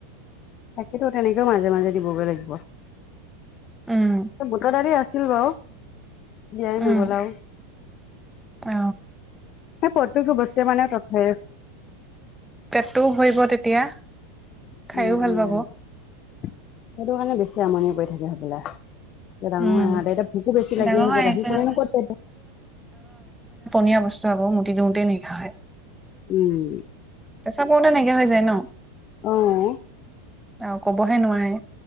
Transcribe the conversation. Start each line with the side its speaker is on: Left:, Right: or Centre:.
Left: তাকেতো তেনেকেও মাজে মাজে দিবগৈ লাগিব।
Centre: উম
Left: বুটৰ দালি আছিল বাৰু। বিয়াই
Centre: উম
Left: নগ'লাও
Centre: অ
Left: হে প্ৰতকটো বস্তু মানে <unintelligible>
Centre: পেটটো হৈব তেতিয়া। খাইও
Left: উম
Centre: ভাল
Left: উম,
Centre: পাব
Left: সেইটো কাৰণে বেছি আমনি কৰি থাকে হবলা। এতিয়া ডাঙৰ
Centre: উম
Left: আহতে এতিয়া ভোকো বেছি লাগি
Centre: ডাঙৰ
Left: আহিব
Centre: হৈ
Left: গাখীৰখনো
Centre: আহিছে নহয়
Left: ক'ত প
Centre: ধুনীয়া বস্তু আকৌ মটি দিওঁতেই নিশাে
Left: উম।
Centre: কেঁচাাপৰ তেনেকা হৈ যায় ন?
Left: অ',
Centre: অ', ক'বহে নোৱাৰে।